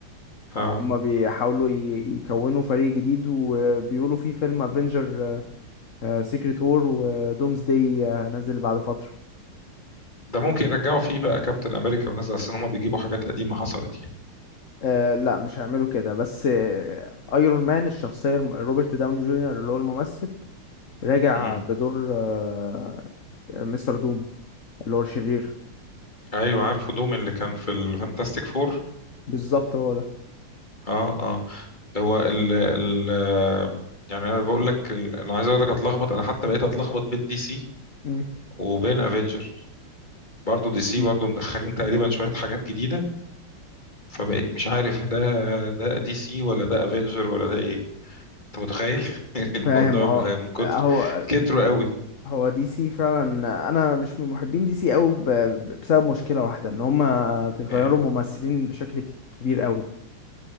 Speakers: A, on the left; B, on the left.
A: فهم
B: اه
A: بيحاولوا ي- يكونوا فريق جديد وبيقولوا في فيلم افنجر سيكريت وور ودومز داي نازل بعد فترة
B: ده ممكن يرجعوا فيه بقى كابتن امريكا ونزل اصل هما بيجيبوا حاجات قديمة حصلت
A: آه، لا مش هيعملوا كده بس ايرون مان الشخصية الم- روبرت داوني جونيور اللي هو الممثل راجع
B: يعني
A: بدور آه، مستر دوم اللي هو الشرير
B: ايوه عارفه دوم اللي كان في الفانتاستيك فور
A: بالظبط هو ده
B: اه اه هو ال ال يعني انا بقول لك ال- انا عايز اقول لك اتلخبط انا حتى بقيت اتلخبط بين دي سي
A: مم.
B: وبين افنجر برضو دي سي
A: مم.
B: برضو مدخلين تقريبا شوية حاجات جديدة فبقيت مش عارف ده ده دي سي ولا ده افنجر ولا ده ايه انت متخيل <laughs>
A: فاهم
B: الموضوع
A: اه
B: بقى من كتر
A: اهو
B: كتره قوي
A: هو دي سي فعلا انا مش من محبين دي سي قوي بسبب مشكله واحده ان هما بيغيروا
B: اه,
A: ممثلين بشكل ك- كبير قوي